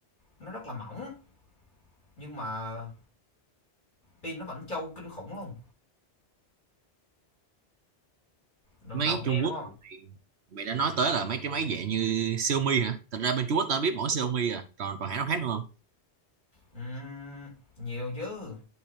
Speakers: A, on the left (about 45°); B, on the right (about 70°).
A: nó rất là mỏng nhưng mà pin nó vẫn trâu kinh khủng luôn lần
B: máy
A: đầu nghe
B: Trung
A: đúng
B: Quốc
A: không
B: mà mày, mày đã nói tới là mấy cái máy dạng như Xiaomi hả thật ra bên Trung Quốc tao biết mỗi Xiaomi à còn còn hãng nào khác nữa không
A: Ừm, nhiều chứ